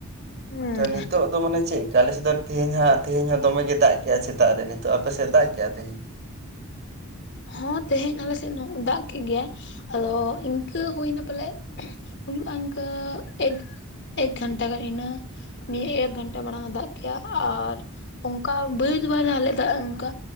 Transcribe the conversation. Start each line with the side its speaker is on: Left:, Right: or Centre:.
Left: ᱦᱩᱸ
Right: ᱛᱚ ᱱᱤᱛᱚᱜ ᱫᱚ ᱢᱟᱱᱮ ᱪᱮᱫ ᱞᱮᱠᱟ ᱟᱞᱮᱥᱮᱫ ᱫᱚ ᱛᱮᱦᱮᱧ ᱦᱟᱸᱜ ᱛᱮᱦᱮᱧ ᱦᱚᱸ ᱫᱚᱢᱮ ᱜᱮ ᱫᱟᱜ ᱠᱮᱜ ᱼᱟ ᱥᱮᱛᱟᱜ ᱨᱮ ᱱᱤᱛᱚᱜ ᱟᱯᱮ ᱥᱮᱫ ᱫᱟᱜ ᱠᱮᱫ-ᱟᱭ ᱛᱮᱦᱮᱧ
Left: ᱦᱚᱸ ᱛᱮᱦᱮᱧ ᱟᱞᱮ ᱥᱮᱫ ᱦᱚ ᱫᱟᱜ ᱠᱮᱫ ᱜᱮᱭᱟᱭ ᱚ ᱤᱱᱠᱟᱹ ᱦᱩᱭᱱᱟ ᱯᱟᱞᱮ ᱦᱩᱭᱩᱜᱼᱟ ᱤᱱᱠᱟᱹ ᱮᱠ, ᱮᱠ ᱜᱷᱚᱱᱴᱟ ᱜᱟᱱ ᱤᱱᱟ ᱱᱤᱭᱟᱹ ᱮᱠ ᱜᱷᱚᱱᱴᱟ ᱢᱟᱲᱟᱝ ᱮ ᱫᱟᱜ ᱠᱮᱜᱼᱟ ᱟᱨ ᱚᱱᱠᱟ ᱵᱟᱹᱭᱤ ᱫᱚ ᱵᱟᱭ ᱫᱟᱜ ᱞᱮᱫᱟ ᱚᱱᱠᱟ